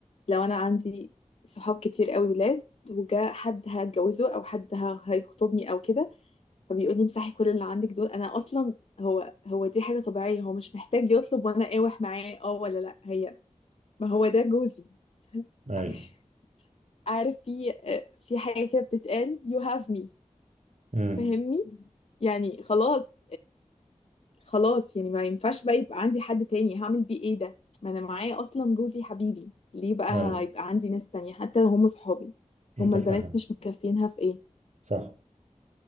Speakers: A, on the left; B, on the right.
A: لو انا عندي صحاب كتير قوي ولاد وجا حد هتجوزه او حد ه- هيخطبني او كده فبيقول لي امسحي كل اللي عندك دول انا اصلا هو هو دي حاجة طبيعية هو مش محتاج يطلب وانا اقاوح معاه اه ولا لا هي ما هو ده جوزي
B: أيوه
A: <laughs> عارف في آه، في حاجة كده بتتقال you have me
B: امم
A: فاهمني يعني خلاص خلاص يعني ما ينفعش بقى يبقى عندي حد تاني هعمل بيه ايه ده ما انا معايا اصلا جوزي حبيبي ليه بقى
B: أيوه
A: هيبقى عندي ناس تانية حتى لو هم صحابي
B: متفهم
A: هم البنات مش مكفينها في ايه
B: صح